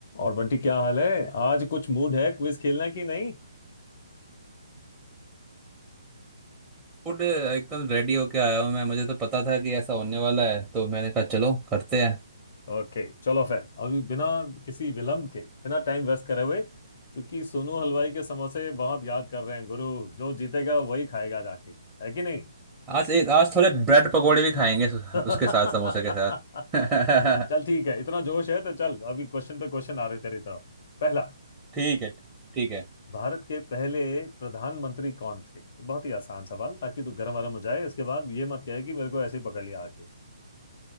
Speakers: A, on the left (about 45°); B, on the right (about 15°).
A: और बंटी क्या हाल है आज कुछ मूड है क्विज खेलना कि नहीं
B: फूड एकदम रेडी होके आया हूँ मैं मुझे तो पता था कि ऐसा होने वाला है तो मैंने कहा चलो करते हैं
A: ओके चलो फिर अभी बिना किसी विलंब के बिना टाइम वेस्ट करे हुए क्योंकि सोनू हलवाई के समोसे बहुत याद कर रहे हैं गुरु जो जीतेगा वही खाएगा जाके है कि नहीं
B: आज एक आज थोड़े ब्रेड पकोड़े भी खाएंगे सु-
A: <laughs>
B: उसके साथ समोसे के साथ
A: चल
B: <laughs>
A: ठीक है इतना जोश है तो चल अभी क्वेश्चन पे क्वेश्चन आ रहे तेरी तरफ पहला
B: ठीक है ठीक है
A: भारत के पहले प्रधानमंत्री कौन थे बहुत ही आसान सवाल ताकि तू गर्म वर्म हो जाए इसके बाद ये मत कहे कि मेरे को ऐसे ही पकड़ लिया आके